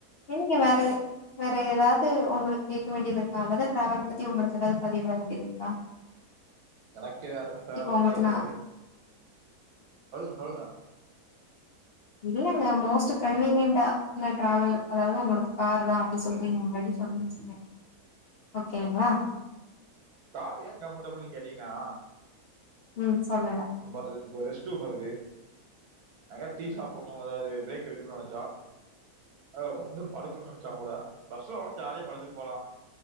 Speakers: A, on the left (about 65°); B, on the right (about 75°).
A: நீங்க வேற எ வேற ஏதாவது உங்களுக்கு கேட்க வேண்டியதுக்காகதான் டிராவல் பத்தி உங்களுக்கு ஏதாவது பதிவிட வேண்டியது இருக்கா
B: எனக்க வேறதா தலை
A: இப்ப
B: வலி
A: உங்களுக்கு
B: கேட்க
A: நா
B: வேண்டியது சொல்லுங்க சொல்லுங்க
A: இல்லங்க மோஸ்ட் கன்வீனியன்டா இல்ல டிராவல் அதாவது உங்களோட காரு தான் அப்பிடி சொல்ட்டு முன்னாடியே சொல்லிி வச்சிருச்சக்கேன் ஓகேங்களா
B: கார் ஏன் கம்ஃபர்டபுள்னு கேட்டீங்கன்னா
A: ம் சொல்லுங்க
B: அம்மாக்கு இப்ப ஒரு ரெஸ்டூ ரூம் வருது எங்காது டீ சாப்புணும் அதாவது பிரேக் எடுக்கலான்னு நெனைச்சோ அதுல ஒரு பத்து நிமிஷம் படுக்கணும்னு நெனைச்சா கூட பஸ்ல போனா ஜாலியா படுத்துட்டு போலாம்